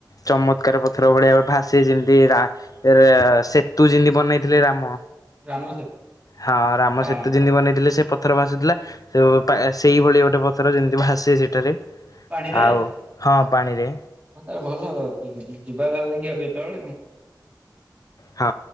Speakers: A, on the left; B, on the right.
A: ଚମତ୍କାର ପଥର ଭଳିଆ ଭାସେ ଯେମିତି ରା <unintelligible> ସେତୁ ଯେମିତି ବନେଇଥିଲେ ରାମ,
B: ରାମ ସେତୁ
A: ହଁ ରାମ
B: ହଁ
A: ସେତୁ ଯେମିତି ବନେଇଥିଲେ ସେ ପଥର ଭାସୁଥିଲା, <unintelligible> ସେଇଭଳି ଗୋଟେ ପଥର ଯେମିତି ଭାସେ ସେଠାରେ।
B: ପାଣିରେ
A: ଆଉ, ହଁ ପାଣିରେ।
B: <unintelligible> କେତେବେଳେ।
A: ହଁ